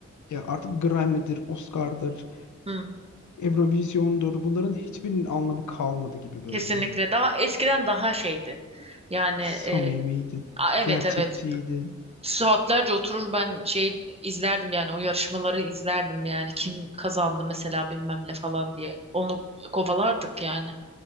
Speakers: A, on the left; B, on the right.
A: ya artık Grammy'dir, Oscar'dır
B: Hmm.
A: Eurovision'dur. Bunların hiçbirinin anlamı kalmadı gibi böyle.
B: Kesinlikle daha eskiden daha şeydi. Yani
A: Samimiydi,
B: e, a- evet
A: gerçekçiydi.
B: evet saatlerce oturur ben şey izlerdim yani o yarışmaları izlerdim yani kim kazandı mesela bilmem ne falan diye onu kovalardık yani.